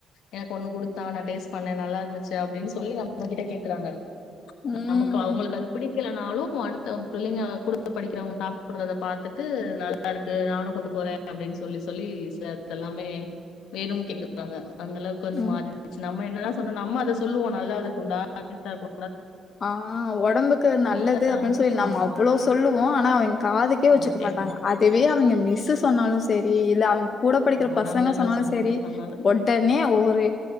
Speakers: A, on the left; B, on the left.
A: எனக்கு ஒண்ணு கொடுத்தா நா டேஸ்ட் பண்ண நல்லா இருந்துச்சு அப்டினு சொல்லி நம் நம்ம கிட்ட கேக்குறாங்க
B: ம்
A: நமக்கு அவங்களுக்கு அது பிடி பிடிக்கலனாலு அடுத்தவங்க பிள்ளைங்க குடு படிக்கிறவங்க சாப்படுறத பாத்துட்டு நல்லா இருக்கு நானு கொண்டு போற அப்டின்னு சொல்லி சொல்லி <inaudible> எல்லாமே வேணும் கேக்குறாங்க அந்த அளவுக்கு வந்து
B: ம்
A: மாறிந்துச்சுன்னா நம்ம என்னதா சொன்னு நம்ம அத சொல்லுவோ நல்லா அதுக் <unintelligible>
B: ஆஹ் ஒடம்புக்கு நல்லது
A: இல்ல
B: அப்டின்னு சொல்லி நம்ம
A: ஆமா
B: அவ்ளோ சொல்லுவோ ஆன அவேங் காதுக்கே வச்சுக்க
A: அத கேட்க
B: மாட்டாங்க அதுவே அவேங்க மிஸு சொன்னாலு செரி இல்ல அவேங் கூட படிக்கிற
A: ஆமா
B: பசங்க
A: நண்பர்கள்
B: சொன்னாலு
A: சொன்ன
B: சேரி
A: சொன்னது
B: உடனே ஒவொரு